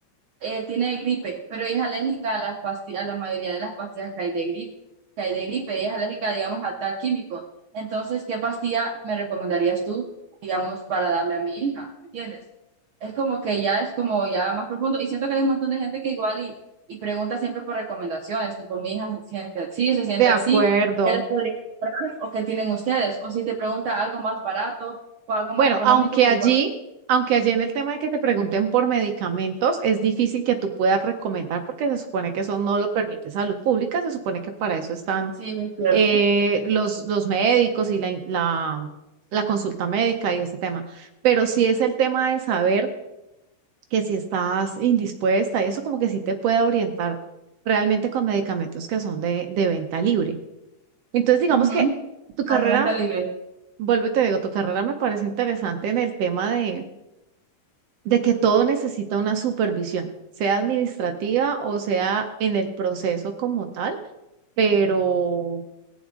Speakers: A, on the right; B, on the right.
A: eh, tiene gripe, pero ella es alérgica a las pastillas, a la mayoría de las pastillas que hay de gripe, que hay de gripe, ella es alérgica, digamos, a tal químico. Entonces, ¿qué pastilla me recomendarías tú, digamos, para darle a mi hija? ¿Me ¿Entiendes? Es como que ya es como ya más profundo y siento que hay un montón de gente que igual y, y pregunta siempre por recomendaciones, tipo, mi hija se siente así, se siente
B: De acuerdo.
A: así, ¿qué les podría comprar o qué tienen ustedes? O si te pregunta algo más barato o algo
B: Bueno,
A: más económico
B: aunque
A: que
B: allí,
A: igual.
B: aunque allí en el tema de que te pregunten por medicamentos, es difícil que tú puedas recomendar porque se supone que eso no lo permite salud pública, se supone que para eso están
A: Sí, es cierto.
B: eh, los, los médicos y la, in- la, la consulta médica y ese tema. Pero sí es el tema de saber que si estás indispuesta y eso como que sí te puede orientar realmente con medicamentos que son de, de venta libre. Entonces digamos
A: Ujú.
B: que tu carrera,
A: Alimenta libre.
B: vuelvo y te digo, tu carrera me parece interesante en el tema de de que todo necesita una supervisión, sea administrativa o sea en el proceso como tal, pero